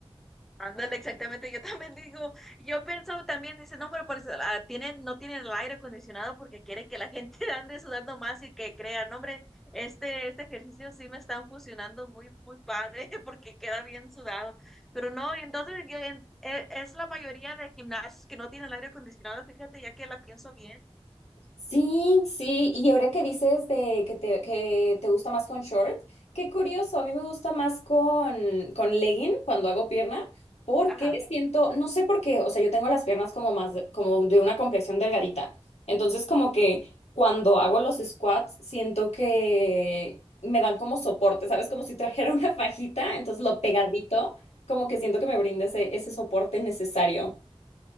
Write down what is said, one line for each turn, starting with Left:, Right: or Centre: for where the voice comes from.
Centre: ándale, exactamente. Yo también digo, yo pensaba también, dice, no, pero por eso, ah, tienen, no tienen el aire acondicionado porque quiere que la gente <laughs> ande sudando más y que crean, hombre, este, este ejercicio sí me están funcionando muy, muy padre <laughs> porque queda bien sudado. Pero no, y entonces yo en- e- es la mayoría de gimnasios que no tienen el aire acondicionado, fíjate, ya que la pienso bien.
Left: Sí, sí, y ahora que dices de que te, que te gusta más con short, qué curioso, a mí me gusta más con, con legging cuando hago pierna, porque
Centre: Ajá.
Left: siento, no sé por qué, o sea, yo tengo las piernas como más, de- como de una complexión delgadita, entonces como que cuando hago los squats siento que me dan como soporte, ¿sabes? Como si trajera <laughs> una fajita, entonces lo pegadito, como que siento que me brinde ese, ese soporte necesario.